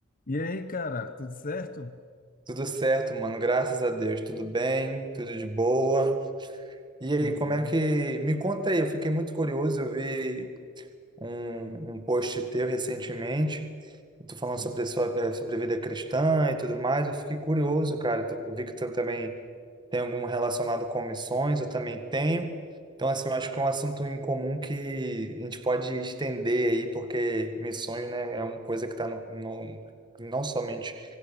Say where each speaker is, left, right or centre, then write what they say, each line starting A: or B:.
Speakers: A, on the left; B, on the right.
A: E aí, cara, tudo certo?
B: Tudo certo, mano. Graças a Deus. Tudo bem, tudo de boa. E aí,
A: Que bom.
B: como é que. Me conta aí, eu fiquei muito curioso. Eu vi um, um post teu recentemente. Tu falando
A: Sim,
B: sobre, sua, eh, sobre vida cristã e tudo mais. Eu fiquei curioso, cara. Tu- Eu vi que tu também tem algum relacionado com missões, eu também tenho. Então, assim, eu acho que é um assunto em comum que a gente pode estender aí, porque missões, né, é uma coisa que está no, no- não somente